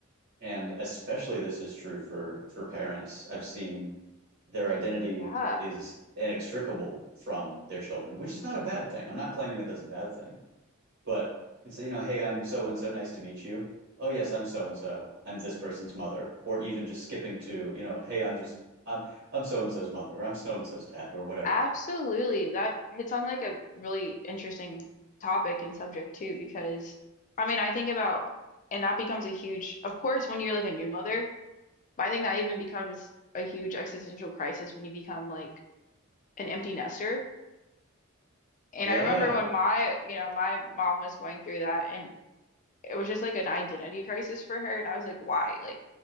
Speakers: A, on the right (about 55°); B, on the left (about 35°).
A: And especially this is true for for parents. I've seen their identity
B: Yeah,
A: is inextricable from their children, which is not a bad thing. I'm not claiming that that's a bad thing, but it's, you know, hey, I'm so and so, nice to meet you. Oh, yes, I'm so and so. I'm this person's mother, or even just skipping to, you know, hey, I'm just I'm I'm so and so's mother, or I'm so and so's dad, or whatever.
B: absolutely. That hits on like a really interesting topic and subject too, because I mean, I think about, and that becomes a huge, of course, when you're like a new mother, but I think that even becomes a huge existential crisis when you become like an empty nester, And
A: Yeah.
B: I remember when my, you know, my mom was going through that and it was just like an identity crisis for her and I was like, "Why? Like